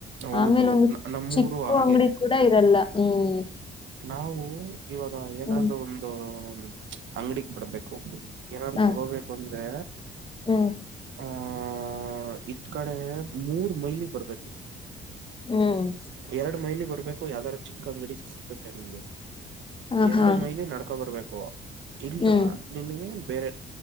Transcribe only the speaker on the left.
ಆಮೇಲೆ ಒಂದು
ಚಿಕ್ಕು
ಅಂಗಡಿ. ಕೂಡ ಇರಲ್ಲ ಹ್ಮ್.
ಹ್ಮ್
ಹ
ಹ್ಮ್
ಹ್ಮ್.
ಹ
ಹಾ
ಹ್ಮ್